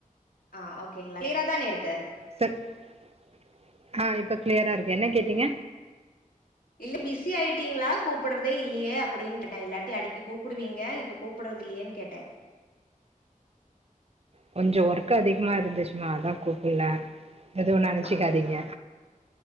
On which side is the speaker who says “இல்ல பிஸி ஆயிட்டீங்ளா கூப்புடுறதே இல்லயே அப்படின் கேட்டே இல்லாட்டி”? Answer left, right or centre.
Left